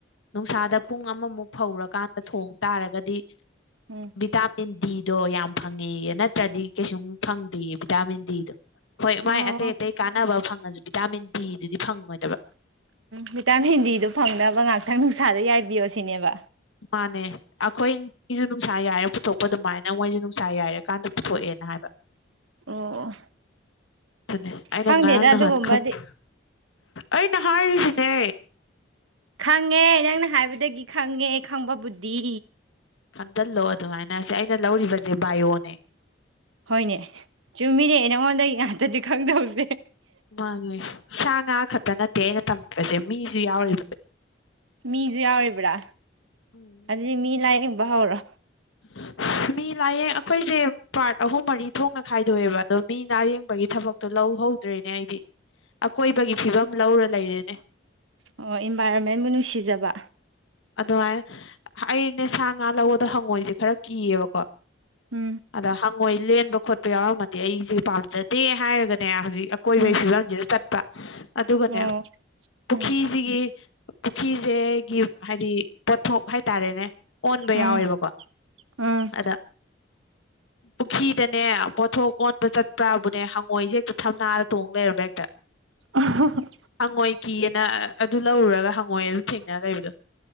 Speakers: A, on the left; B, on the right.
A: ꯅꯨꯡꯁꯥꯗ ꯄꯨꯡ ꯑꯃꯃꯨꯛ ꯐꯧꯔꯀꯥꯟꯗ ꯊꯣꯡ ꯇꯥꯔꯒꯗꯤ
B: ꯎꯝ
A: ꯚꯤꯇꯥꯃꯤꯟ ꯗꯤꯗꯣ ꯌꯥꯝ ꯐꯪꯉꯦꯌꯦ ꯅꯠꯇ꯭ꯔꯗꯤ ꯀꯩꯁꯨꯝ ꯐꯪꯗꯦ ꯚꯤꯇꯥꯃꯤꯟ ꯗꯤꯗꯣ ꯍꯣꯏ ꯃꯥꯏ
B: ꯑꯣ
A: ꯑꯇꯩ ꯑꯇꯩ ꯀꯥꯟꯅꯕ ꯐꯪꯉꯁꯨ ꯚꯤꯇꯥꯃꯤꯟ ꯗꯤꯗꯨꯗꯤ ꯐꯪꯉꯣꯏꯗꯕ
B: ꯚꯤꯇꯥꯃꯤꯟ ꯗꯤꯗꯣ ꯐꯪꯅꯕ ꯉꯥꯛꯇꯪ ꯅꯨꯡꯁꯥꯗ ꯌꯥꯏꯕꯤꯌꯣ ꯁꯤꯅꯦꯕ
A: ꯃꯥꯅꯦ ꯑꯩꯈꯣꯏ ꯃꯤꯁꯨ ꯅꯨꯡꯁꯥ ꯌꯥꯏꯔ ꯄꯨꯊꯣꯛꯄ ꯑꯗꯨꯃꯥꯏꯅ ꯃꯣꯏꯁꯨ ꯅꯨꯡꯁꯥ ꯌꯥꯏꯔꯀꯥꯟꯗ ꯄꯨꯊꯣꯛꯑꯦꯅ ꯍꯥꯏꯕ <inaudible>
B: ꯑꯣ
A: ꯑꯗꯨ ꯑꯩꯅ
B: ꯈꯪꯗꯦꯗ
A: ꯉꯔꯥꯡ ꯅꯍꯥꯟ
B: ꯑꯗꯨꯒꯨꯝꯕꯗꯤ
A: ꯈꯪꯗꯦ ꯑꯩꯅ ꯍꯥꯏꯔꯤꯁꯤꯅꯦ
B: ꯈꯪꯉꯦ ꯅꯪꯅ ꯍꯥꯏꯕꯗꯒꯤ ꯈꯪꯉꯦ ꯈꯪꯕꯕꯨꯗꯤ
A: ꯈꯪꯖꯤꯜꯂꯣ ꯑꯗꯨꯃꯥꯏꯅ ꯁꯤ ꯑꯩꯅ ꯂꯧꯔꯤꯕꯁꯦ ꯕꯥꯏꯑꯣꯅꯦ
B: ꯍꯣꯏꯅꯦ ꯆꯨꯝꯃꯤꯅꯦ ꯅꯪꯉꯣꯟꯗꯒꯤ ꯉꯥꯛꯇꯗꯤ ꯈꯪꯗꯧꯁꯦ
A: ꯃꯥꯅꯦ ꯁꯥ ꯉꯥ ꯈꯛꯇ ꯅꯠꯇꯦ ꯑꯩꯅ ꯇꯝꯃꯤꯕꯁꯦ ꯃꯤꯁꯨ ꯌꯥꯎꯔꯤꯕ
B: ꯃꯤꯖꯨ ꯌꯥꯎꯔꯤꯕ꯭ꯔꯥ
A: ꯎꯝ
B: ꯑꯗꯨꯗꯤ ꯃꯤ ꯂꯥꯏꯌꯦꯡꯕ ꯍꯧꯔꯣ
A: <unintelligible> ꯃꯤ ꯂꯥꯏꯌꯦꯡ ꯑꯩꯈꯣꯏꯁꯦ ꯄꯥꯔꯠ ꯑꯍꯨꯝ ꯃꯔꯤ ꯊꯣꯛꯅ ꯈꯥꯏꯗꯣꯛꯑꯦꯕ ꯑꯗꯣ ꯃꯤ ꯂꯥꯏꯌꯦꯡꯕꯒꯤ ꯊꯕꯛ ꯇꯣ ꯂꯧꯍꯧꯗ꯭ꯔꯦꯅꯦ ꯑꯩꯗꯤ ꯑꯀꯣꯏꯕꯒꯤ ꯐꯤꯕꯝ ꯂꯧꯔ ꯂꯩꯔꯦꯅꯦ
B: ꯑꯣ ꯏꯟꯚꯥꯏꯔꯣꯟꯃꯦꯟꯕꯨ ꯅꯨꯡꯁꯤꯖꯕ
A: ꯑꯗꯨꯃꯥꯏꯅ ꯑꯩꯅꯦ ꯁꯥ ꯉꯥ ꯂꯧꯕꯗ ꯍꯪꯉꯣꯏꯖꯦ ꯈꯔ ꯀꯤꯌꯦꯕꯀꯣ
B: ꯎꯝ
A: ꯑꯗ ꯍꯪꯉꯣꯏ ꯂꯦꯟꯕ ꯈꯣꯠꯄ ꯌꯥꯎꯔꯝꯃꯗꯤ ꯑꯩꯁꯦ ꯄꯥꯝꯖꯗꯦ ꯍꯥꯏꯔꯒꯅꯦ ꯍꯧꯖꯤꯛ ꯀꯣꯏꯕꯒꯤ
B: ꯎꯝ
A: ꯐꯤꯕꯝꯁꯤꯗ ꯆꯠꯄ ꯑꯗꯨꯒꯅꯦ
B: ꯑꯣ
A: ꯄꯨꯈꯤ
B: ꯎꯝ
A: ꯁꯤꯒꯤ ꯄꯨꯈꯤꯖꯦꯒꯤ ꯍꯥꯏꯗꯤ ꯄꯣꯠꯊꯣꯛ ꯍꯥꯏꯇꯥꯔꯦꯅꯦ ꯑꯣꯟꯕ
B: ꯎꯝ
A: ꯌꯥꯎꯋꯦꯕꯀꯣ
B: ꯎꯝ
A: ꯑꯗ ꯄꯨꯈꯤꯗꯅꯦ ꯄꯣꯠꯊꯣꯛ ꯑꯣꯟꯕ ꯆꯠꯄ꯭ꯔꯥꯕꯨꯅꯦ ꯍꯪꯉꯣꯏꯁꯦ ꯍꯦꯛꯇ ꯊꯝꯅꯥꯗ ꯇꯣꯡ ꯂꯩꯔꯝꯕ ꯍꯦꯛꯇ
B: ꯑ
A: ꯍꯪꯉꯣꯏ ꯀꯤꯑꯦꯅ ꯑꯗꯨ ꯂꯧꯔꯨꯔꯒ ꯍꯪꯉꯣꯏ ꯑꯗꯨꯝ ꯊꯦꯡꯅꯔ ꯂꯩꯕꯗꯣ